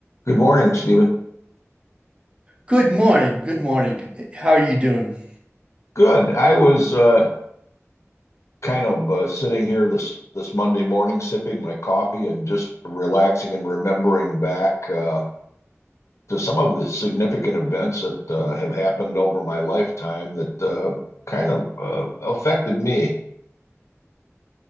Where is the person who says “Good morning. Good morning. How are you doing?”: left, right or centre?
Right